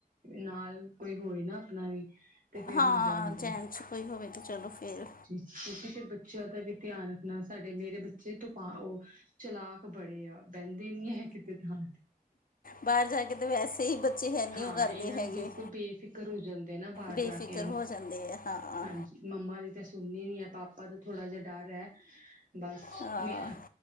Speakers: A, on the right (about 60°); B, on the left (about 70°).
A: ਨਾਲ ਕੋਈ ਹੋਏ ਨਾ ਆਪਣਾ ਵੀ ਤੇ ਫੇਰ
B: ਹਾਂ
A: ਮਜ਼ਾ ਆਉਂਦਾ
B: ਜੇਂਟਸ ਕੋਈ ਹੋਵੇ ਤਾਂ ਚਲੋ ਫੇਰ
A: ਕਿਉੰਕਿ ਫਿਰ ਬੱਚਿਆਂ ਦਾ ਵੀ ਧਿਆਨ ਰੱਖਣਾ ਸਾਡੇ ਮੇਰੇ ਬੱਚੇ ਤੂਫਾਨ ਉਹ ਚਲਾਕ ਬੜੇ ਆ ਬਹਿੰਦੇ ਨੀ ਹੈ ਕਿਤੇ ਥਾਂ ਤੇ
B: ਬਾਹਰ ਜਾ ਕੇ ਵੈਸੇ ਹੀ ਬੱਚੇ ਹੈਨੀਓ
A: ਹਾਂ
B: ਕਰਦੇ
A: ਇਹਨਾਂ
B: ਹੈਗੇ
A: ਨੂੰ ਬਿਲਕੁਲ ਬੇਫਿਕਰ ਹੋ ਜਾਂਦੇ ਨਾ ਬਾਹਰ
B: ਬੇਫਿਕਰ
A: ਜਾ ਕੇ
B: ਹੋ ਜਾਂਦੇ ਆ ਹਾਂ ਹਾਂ
A: ਹਾਂਜੀ ਮੰਮਾ ਦੀ ਤਾਂ ਸੁਣਨੀ ਨੀ ਹੈ ਪਾਪਾ ਦਾ ਥੋੜਾ ਜਿਹਾ ਡਰ ਹੈ ਬਸ
B: ਹਾਂ
A: ਮ